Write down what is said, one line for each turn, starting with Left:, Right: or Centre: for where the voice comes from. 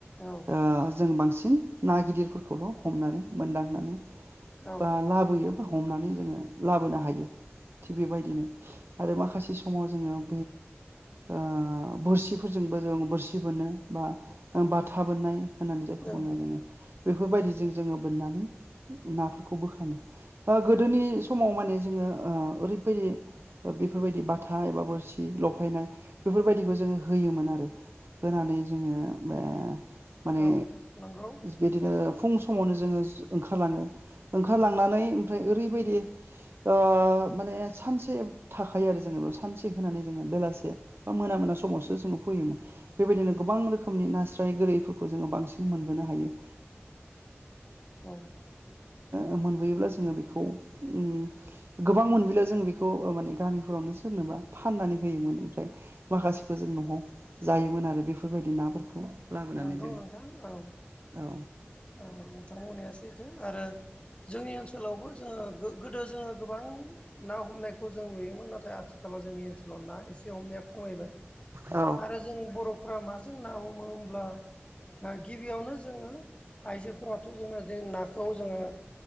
Left: औ।
Right: ओ जों बांसिन ना गिदिरफोरखौल' हमनानै मोनदांनानै
Left: औ
Right: बा लाब बोयो बा हमनानै जोङो लाबोनो हायो। थिग बेबायदिनो आरो माखासे समाव जोङो उ ओ बोरसिफोरजोंबो जों बोरसि बोनो बा बाथा बोननाय होननानै जायखौ
Left: औ
Right: बुङो जोङो बेफोरबायदिजों जोङो बोननानै नाफोरखौ बोखाङो ओ गोदोनि समाव माने जोङो ओ ओरैबायदि बेफोरबायदि बाथा एबा बोरसि लफायनाय बेफोरबायदिखौ जोङो होयोमोन आरो होनानै जोङो बे माने
Left: औ नंगौ
Right: बिदिनो
Left: औ
Right: फुं समावनो जोङो ओंखारलाङो ओंखारलांनानै ओमफ्राय ओरैबायदि ओ माने सानसे थाखायो आरो जोङो बेयाव सानसे होनानै जोङो बेलासे बा मोना मोना समावसो जोङो फैयोमोन। बेबायदिनो गोबां रोखोमनि नास्राय गोरैफोर खौ जोङो बांसिन मोनबोनो हायो।
Left: औ
Right: ओ मोनबोयोब्ला जोङो बेखौ उम गोबां मोनबोला जों बेखौ ओ माने गामिफोरावनो सोरनोबा फाननानै होयोमोन ओमफ्राय माखासेखौ जों न'आव जायोमोन आरो बेफोरबायदि नाफोरखौ। लाबोनानै
Left: नोंगौ
Right: जोङो
Left: नोंथां औ
Right: औ
Left: औ नोंथां बुंनाया सैथो आरो जोंनि ओनसोलावबो जोङो गो-गोदो जोङो गोबां ना हमनायखौ जों नुयोमोन नाथाय आथिखालाव जोंनि ओनसोलाव ना एसे हमनाया खमायबाय
Right: औ
Left: आरो जों बर'फ्रा माजों ना हमो हम अब्ला गिबियावनो जोङो आइजोफोराथ' जोङो जे नाखौ जोङो